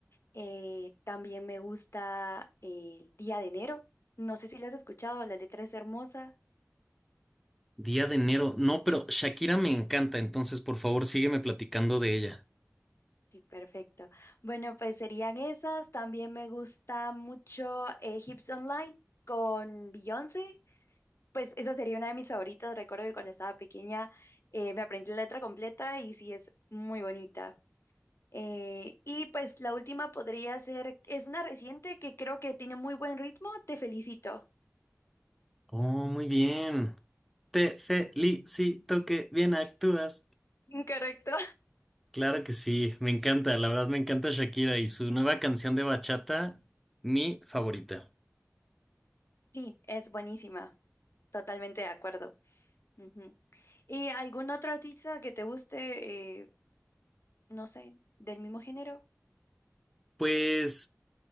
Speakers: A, on the left; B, in the centre.
A: Eh, también me gusta eh, el Día de Enero. No sé si la has escuchado, la letra es hermosa.
B: Día de enero. No, pero Shakira me encanta, entonces por favor sígueme platicando de ella.
A: Sí, perfecto. Bueno, pues serían esas. También me gusta mucho eh, Hips Online con Beyoncé. Pues esa sería una de mis favoritas. Recuerdo que cuando estaba pequeña eh, me aprendí la letra completa y sí es muy bonita. Eh, y pues la última podría ser, es una reciente que creo que tiene muy buen ritmo. Te felicito.
B: Oh, muy bien. Te felicito que bien actúas.
A: <laughs> Incorrecto.
B: Claro que sí, me encanta, la verdad me encanta Shakira y su nueva canción de bachata, mi favorita.
A: Sí, es buenísima. Totalmente de acuerdo. Ujú. ¿Y algún otro artista que te guste, eh, no sé, del mismo género?
B: Pues